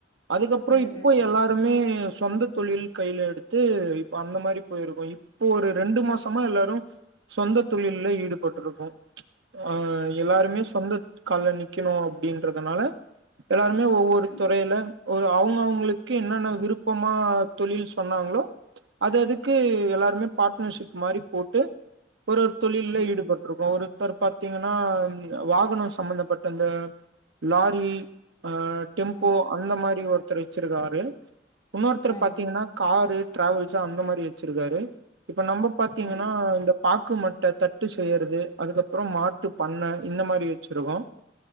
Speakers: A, on the right; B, on the left.
A: அதுக்கப்பறோ
B: ம்
A: இப்போ
B: ம்
A: எல்லா இ சொந்த தொழில் கையில எடுத்து இப்ப அந்த மாரி போயிருக்கோ இப்போ ஒரு ரெண்டு மாசமா எல்லாரு சொந்த தொழில்ல ஈடுபட்டுருக்கோ அ எல்லாருமே
B: ம்
A: சொந்த கால்ல நிக்கணு அப்டின்றதுனால எல்லாருமே ஒவ்வொரு
B: ம்
A: துறையில ஒரு அவங்க அவங்களுக் கு என்னென்ன விருப்பமா தொழில் சொன்னாங்ளோ அது அதுக்கு எல்லாருமே பார்ட்னர்ஷிப் மாரி போட்டு ஒரு ஒரு தொழில்ல
B: ம்
A: ஈடுபட்டுருக்கோ
B: ம்
A: ஒரு ஒருத்தர் பாத்தீங்கன்னா வாகனோ சம்பந்தப்பட்ட அந்த லாரி ஆ டெம்போ
B: ம்
A: அந்த மாரி ஒர் ஒருத்தர் வெச்சிருக்கார் வே இன்னொருத்துரு
B: ம்
A: பாத்தீங்கன்னா காரு டிராவெல்சு அந்த மாரி வெச்சிருக்காரு இப்ப நம்ம பாத்தீங்கன்னா
B: ம்
A: இந்த பாக்கு மட் ட தட்டு செய்யறது அதுக்கப்புறம் மாட்டு பண்ண இந்த மாரி வெச்சிருக்கோ